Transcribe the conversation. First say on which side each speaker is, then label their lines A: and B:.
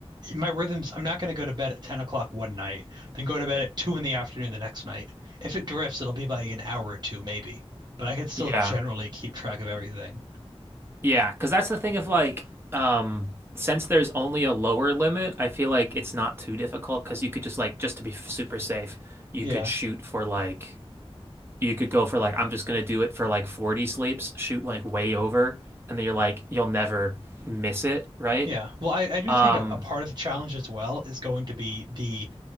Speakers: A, on the right (about 45°); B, on the right (about 20°).
A: my rhythms, I'm not going to go to bed at 10 o'clock one night, then go to bed at two in the afternoon the next night. If it drifts, it'll be like an hour or two maybe, but I could still
B: Yeah.
A: generally keep track of everything.
B: Yeah. Because that's the thing of like, um, since there's only a lower limit, I feel like it's not too difficult because you could just like, just to be super safe, you
A: Yeah.
B: could shoot for like, you could go for like, I'm just gonna do it for like 40 sleeps, shoot like way over, and then you're like, you'll never miss it, right?
A: Yeah. Well, I, I do
B: Um,
A: think a, a part of the challenge as well is going to be the